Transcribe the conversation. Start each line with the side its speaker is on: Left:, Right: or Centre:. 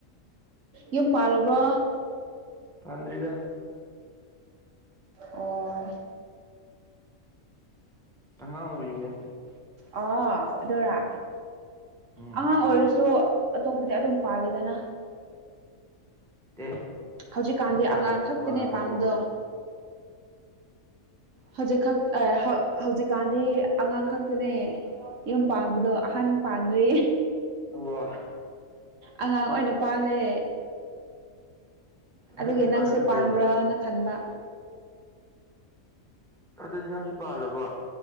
Right: ꯌꯨꯝ ꯄꯥꯜꯂꯕ꯭ꯔꯣ
Centre: ꯄꯥꯟꯗ꯭ꯔꯤꯗ
Right: ꯑꯣ
Centre: ꯑꯉꯥꯡ ꯑꯣꯏꯔꯤꯗ
Right: ꯑ ꯑꯗꯨꯔꯥ
Centre: ꯎꯝ
Right: ꯑꯉꯥꯡ ꯑꯣꯏꯔꯁꯨ ꯑꯇꯣꯞꯄꯗꯤ ꯑꯗꯨꯝ ꯄꯥꯜꯂꯤꯗꯅ
Centre: ꯑꯦ
Right: ꯍꯧꯖꯤꯛꯀꯥꯟꯗꯤ
Centre: ꯃꯤ ꯄꯥꯜꯂꯤꯅ
Right: ꯑꯉꯥꯡ ꯈꯛꯇꯅꯦ
Centre: ꯄꯥꯟꯒꯗꯔꯣ
Right: ꯄꯥꯟꯕꯗꯣ ꯍꯧꯖꯤꯛꯈꯛ ꯍꯧꯖꯤꯛꯀꯥꯟꯗꯤ ꯑꯉꯥꯡ ꯈꯛꯇꯅꯦ ꯌꯨꯝ ꯄꯥꯟꯕꯗꯣ ꯑꯍꯟ ꯄꯥꯟꯗ꯭ꯔꯤ
Centre: ꯑꯣ
Right: ꯑꯉꯥꯡ ꯑꯣꯏꯅ ꯄꯥꯜꯂꯦ
Centre: ꯑꯍꯟꯗꯤ
Right: ꯑꯗꯨꯒꯤ ꯅꯪꯁꯨ
Centre: ꯄꯥꯟꯅꯗ꯭ꯔꯦꯕ
Right: ꯄꯥꯟꯕ꯭ꯔꯅ ꯈꯟꯕ
Centre: ꯑꯗꯨꯗꯤ ꯅꯪꯁꯨ ꯄꯥꯜꯂꯕꯣ